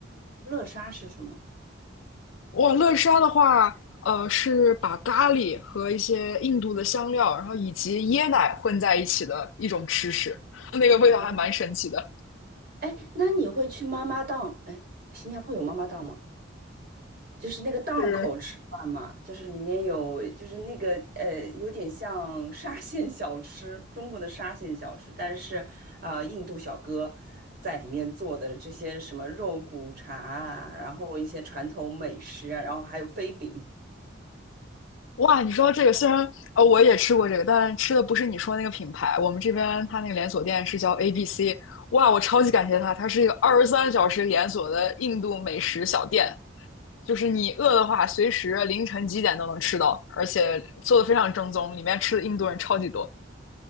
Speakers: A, on the right; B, on the left.
A: 乐沙是什么？
B: 哇，乐沙的话，呃，是把咖喱和一些印度的香料，然后以及椰奶混在一起的一种吃食，那个味道还蛮神奇的，
A: 哦，哎，那你会去妈妈档？哎，新加坡有妈妈档吗？就是那个档口吃饭嘛，
B: 是
A: 就是里面有，就是那个呃，有点像沙县小吃，中国的沙县小吃，但是呃，印度小哥在里面做的这些什么肉骨茶啊，然后一些传统美食啊，然后还有飞饼。
B: 哇，你说这个虽然呃我也吃过这个，但吃的不是你说那个品牌，我们这边它那个连锁店是叫 ABC。哇，我超级感谢它，它是一个二十三小时连锁的印度美食小店，就是你饿的话，随时凌晨几点都能吃到，而且做的非常正宗，里面吃的印度人超级多。